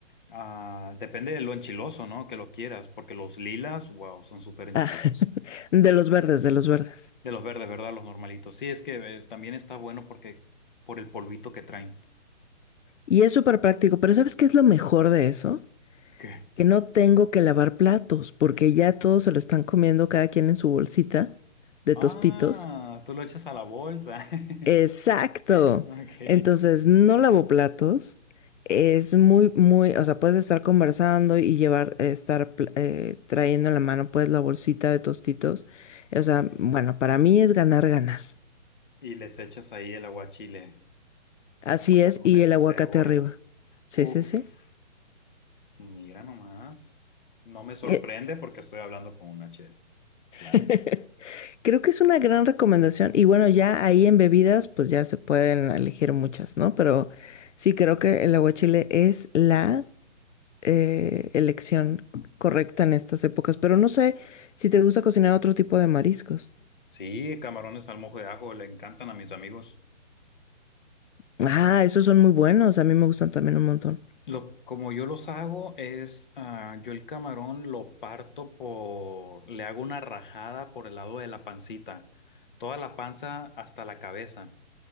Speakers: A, on the left; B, on the left.
A: ah, depende de lo enchiloso, ¿no? Que lo quieras, porque los lilas, wow, son súper enchilosos.
B: Ah, <laughs> de los verdes, de los verdes.
A: De los verdes, ¿verdad? Los normalitos. Sí, es que eh, también está bueno porque por el polvito que traen.
B: Y es súper práctico, pero ¿sabes qué es lo mejor de eso?
A: ¿Qué?
B: Que no tengo que lavar platos, porque ya todos se lo están comiendo cada quien en su bolsita de
A: Ah,
B: tostitos.
A: tú lo echas a la bolsa.
B: Exacto.
A: <laughs> Ok.
B: Entonces, no lavo platos. Es muy, muy, o sea, puedes estar conversando y llevar, eh, estar pl- eh, trayendo en la mano, pues, la bolsita de tostitos.
A: Sí.
B: O sea, bueno, para mí es ganar, ganar.
A: Y les echas ahí el aguachile,
B: Así
A: los camarones,
B: es, y el
A: la
B: aguacate
A: cebolla.
B: arriba. Sí,
A: Uf,
B: sí, sí.
A: mira nomás. No me sorprende
B: E-
A: porque estoy hablando con una chef. Claro.
B: <laughs> Creo que es una gran recomendación. Y bueno, ya ahí en bebidas, pues ya se pueden elegir muchas, ¿no? Pero sí creo que el aguachile es la eh, elección correcta en estas épocas. Pero no sé si te gusta cocinar otro tipo de mariscos.
A: Sí, camarones al mojo de ajo le encantan a mis amigos.
B: Ah, esos son muy buenos. A mí me gustan también un montón.
A: Lo, como yo los hago es, ah, yo el camarón lo parto por, le hago una rajada por el lado de la pancita, toda la panza hasta la cabeza.